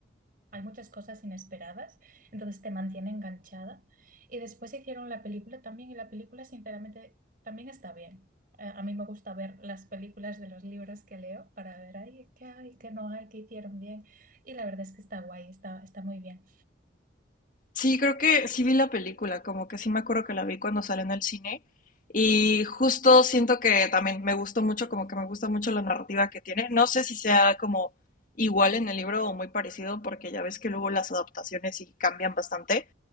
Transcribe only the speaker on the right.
hay muchas cosas inesperadas, entonces te mantiene enganchada. Y después hicieron la película también, y la película, sinceramente, también está bien. Eh, a mí me gusta ver las películas de los libros que leo para ver, ay, qué hay, qué no hay, qué hicieron bien. Y la verdad es que está guay, está, está muy bien.